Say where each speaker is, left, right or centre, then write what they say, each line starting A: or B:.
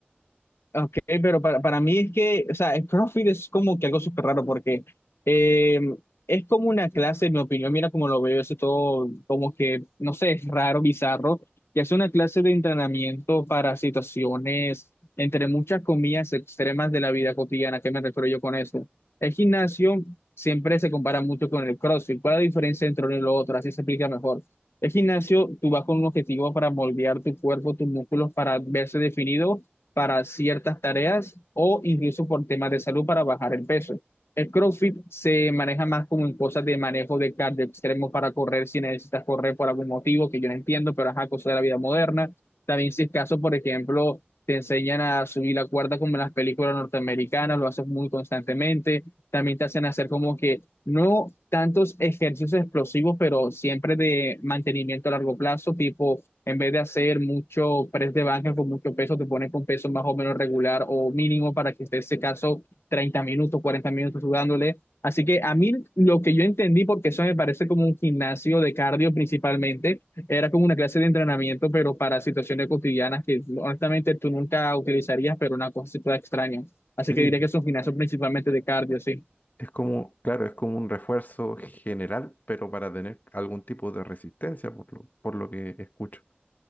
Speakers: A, on the left; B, on the left.
A: Ok, pero para, para mí es que, o sea, el CrossFit es como que algo súper raro porque eh, es como una clase, en mi opinión, mira cómo lo veo, eso todo como que, no sé, es raro, bizarro, que es una clase de entrenamiento para situaciones, entre muchas comillas, extremas de la vida cotidiana. ¿A ¿Qué me refiero yo con eso? El gimnasio siempre se compara mucho con el CrossFit. ¿Cuál es la diferencia entre uno y lo otro? Así se explica mejor. El gimnasio, tú vas con un objetivo para moldear tu cuerpo, tus músculos, para verse definido para ciertas tareas o incluso por temas de salud para bajar el peso. El CrossFit se maneja más como en cosas de manejo de cardio extremo para correr si necesitas correr por algún motivo que yo no entiendo, pero es cosa de la vida moderna. También si es caso, por ejemplo, te enseñan a subir la cuerda como en las películas norteamericanas, lo haces muy constantemente. También te hacen hacer como que no tantos ejercicios explosivos, pero siempre de mantenimiento a largo plazo, tipo en vez de hacer mucho press de banca con mucho peso, te pones con peso más o menos regular o mínimo para que esté ese caso 30 minutos, 40 minutos sudándole. Así que a mí lo que yo entendí, porque eso me parece como un gimnasio de cardio principalmente, era como una clase de entrenamiento, pero para situaciones cotidianas que honestamente tú nunca utilizarías, pero una cosa así toda extraña. Así
B: Sí,
A: que diría que es un gimnasio principalmente de cardio, sí.
B: es como, claro, es como un refuerzo general, pero para tener algún tipo de resistencia, por lo, por lo que escucho.